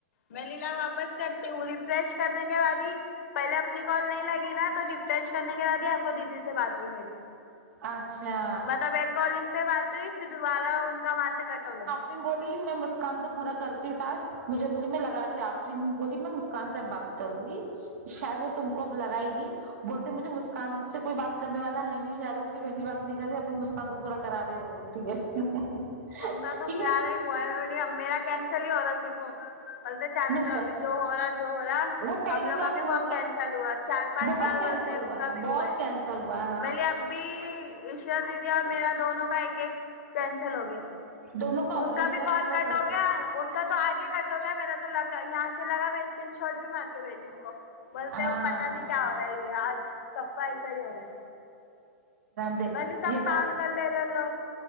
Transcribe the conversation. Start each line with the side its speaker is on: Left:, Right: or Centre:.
Left: میں لیلا واپس کرتی ہوں ریفریش کرنے کے بعد ہی پہلے اپنی کال نہیں لگی نا تو ریفریش کرنے کے بعد ہی آفو دیدی سے بات ہوئی میری
Right: اچھا
Left: مطلب ایک کالنگ پہ بات ہوئی پھر دوبارہ ان کا وہاں سے کٹ ہو گیا
Right: اس نے بولی میں مسکان کا پورا کرتی ہوں ٹاسک مجھے بولی میں لگای آفرین بولی میں مسکان سے بات کروں گی شاید وہ تم کو اب لگائے گی بولتے مجھے مسکان سے کوئی بات کرنے والا ہے نہیں اس کی بہن بھی بات نہیں کر رہی اپنی مسکان کو پورا کرا دے گے بول تی ہے
Left: ان
Right: ٹھیک
Left: کا تو گیارہ
Right: ہے
Left: میرا کینسل ہی ہو رہا صرف وہ بول تو چاہے
Right: نقصان
Left: دو ابھی جو ہو رہا جو ہو رہا
Right: وہ پہلی
Left: ہم لوگ
Right: بار
Left: کا بھی
Right: ہوگا
Left: بہت کینسل ہوا چار پانچ
Right: بہت
Left: بار
Right: کینسل
Left: بولتے ہیں ان کا بھی
Right: بہت
Left: ہوا ہے
Right: کینسل ہوا ہاں
Left: میں لے اب بھی اشرہ دیدی اور میرا دونوں کا ایک ایک کینسل ہو گیا
Right: دونوں ہو
Left: ان
Right: گیا
Left: کا
Right: میرا
Left: بھی کال
Right: بہت
Left: کٹ ہو گیا ان کا تو آگے کٹ ہو گیا میرا تو لگا یہاں سے لگا میں اسکرین شاٹ بھی مار کے بھیجی ان کو بولتے
Right: ہاں
Left: وہ پتہ نہیں کیا ہو رہا ہے یہ آج سب کا ایسا ہی ہو رہا ہے
Right: دیکھ
Left: بلی سب
Right: یہ
Left: کاؤنٹ کر لے لوگ